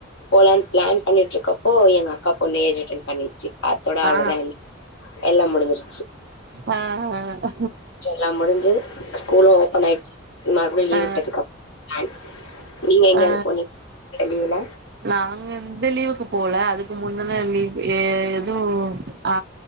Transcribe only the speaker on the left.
போலான் ப்ளான் பண்ணிட்ருக்கப்போ எங்க அக்கா பொண்ணு ஏஜ் அட்டன் பண்ணி சி அத்தோட அவ்ளோதா
எல்லா முடிஞ்சிருச்சி
த முடிஞ்சது ஸ்கூலு ஓபன் ஆயிச்சி மா வுடே லீவ்வுட்டதுக்குப்
பேன் நீங்க எங்கயது
போனீங்க லீவ்ல